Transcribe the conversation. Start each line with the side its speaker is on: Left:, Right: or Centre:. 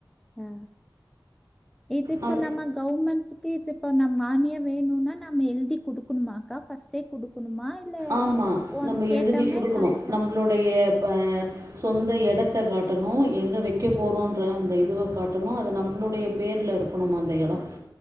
Centre: ஆ இது இப்போ
Right: அது
Centre: நமக் கவர்மெண்ட்டுக்கு <unintelligible> இப்போ நம் மானிய வேணும்னா நம்ம எழுதி குடுக்கணுமாக்கா ஃபஸ்ட்டே குடுக்கணுமா இல்ல
Right: ஆம்மா
Centre: போன
Right: நம்ம
Centre: கேட்டோனே
Right: எழுதி குடுக்கணு
Centre: தந்துடுவாங்க?
Right: நம்மளுடைய ப சொந்த எடத்த காட்டணு எங்கே வெக்க போறோன்ற அந்த இதுவ காட்டணு அது நம்ளுடைய பேர்ல இருக் நம்ம அந்த எடோ